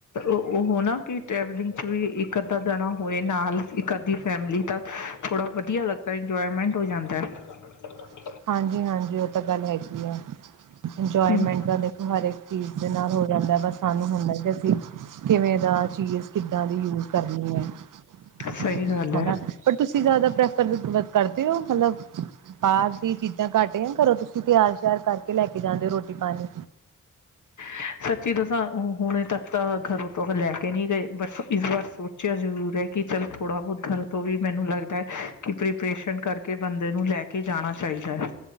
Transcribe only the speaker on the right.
<unintelligible> ਹਾਂਜੀ ਹਾਂਜੀ ਉਹ ਤਾਂ ਗੱਲ ਹੈਗੀ ਆ <inaudible> ਇੰਜੋਏਮੈਂਟ
ਤਾਂ ਦੇਖੋ ਹਰ ਇੱਕ ਚੀਜ਼ ਦੇ ਨਾਲ ਹੋ ਜਾਂਦਾ ਬਸ ਸਾਨੂੰ ਹੁੰਦਾ ਜ ਅਸੀਂ <inaudible> ਕਿਵੇਂ ਦਾ ਚੀਜ਼ ਕਿੱਦਾਂ ਦੀ ਯੂਜ ਕਰਨੀ ਹੈ <inaudible>
ਹੈਗਾ
ਪਰ ਤੁਸੀਂ ਜ਼ਿਆਦਾ ਪ੍ਰੈ <inaudible> <inaudible> ਕਰਤੀ ਹੋ ਮਤਲਬ <inaudible> ਪ <inaudible> ਚੀਜ਼ਾਂ ਘੱਟ <unintelligible> ਕਰੋ ਤੁਸੀਂ ਤਿਆਰ ਸ਼ਿਆਰ ਕਰਕੇ ਲੈ ਕੇ ਜਾਂਦੇ ਹੋ ਰੋਟੀ ਪਾਣੀ